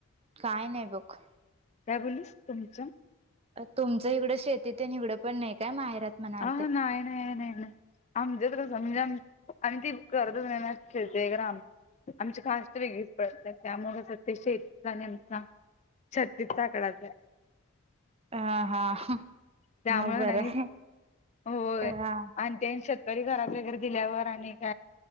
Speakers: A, on the right; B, on the left.
A: काय नाही भूख.
B: काय बोलूस तुमच?
A: तुमचं इकडं शेतीत ही अन् एवढंपण नाही काय माहेरात? म्हणाल
B: आहा
A: ते
B: नाही नाही नाही. आमच्या तर समजान आनी ती कर्ज देण्यात खेळते अगर आम्. आमची खास्ट आहे पण त्यामुळे कशे आहे अतीशय एक्सट्रा नेमता. चल तित्था कळवते.
A: आ हा हा
B: त्यामुळे
A: मग बर
B: नाही
A: आहे.
B: होय
A: अ
B: आणि त्यानसल. करी घरातली गर्दी <unintelligible>